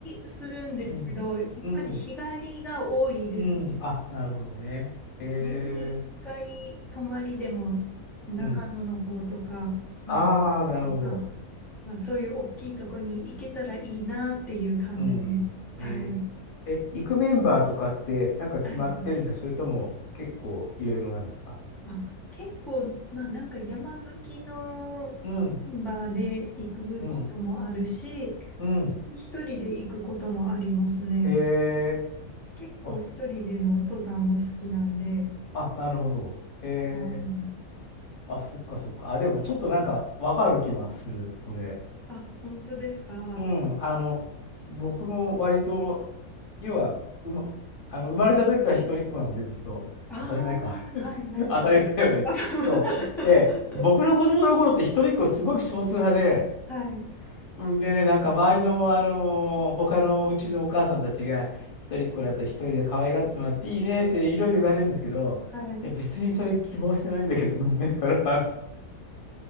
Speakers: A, in the centre; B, on the left.
A: するんですけど、
B: うん。
A: やっぱり日帰りが多いですね。
B: うん。うん。あ、なるほどね。ええ
A: 年に1回泊まりでも長野の方とか、
B: うん。
A: まあ、
B: ああ、
A: と
B: なるほど。
A: かまあ、そういう大きいとこに行けたらいいなっていう感じで。
B: うん。
A: はい。
B: ねえ、行くメンバーとかってなんか決まってるんですかそれとも結構いろいろなんですか
A: はい。あ、結構、まあなんか山好きのメンバーで行くこともあるし、
B: うん、うん、うん。
A: 一人で行くこともありますね。
B: へえ、
A: 結構一人での登山も好きなんで、
B: あ、あ、なるほど。へえ、
A: うん。
B: あ、そっかそっか。あ、でもちょっとなんかわかる気はする、それ。
A: あ、本当ですか
B: うん、あの、僕も割と、要は、うま、あの、生まれた時から一人っ子なのでずっと、
A: ああ、
B: 当たり前か。<laughs>
A: はいはい。
B: 当たり前だよね。
A: <laughs>
B: そう。で、僕の子供の頃って一人っ子すごく少数派で、
A: あはい、
B: うんでね、なんか周りの、あのー他のうちのお母さんたちが、一人っ子だと一人で可愛がってもらっていいねっていろいろ言われるんですけど、
A: はい、
B: いや別にそれ希望してないんだけど、と思いながら。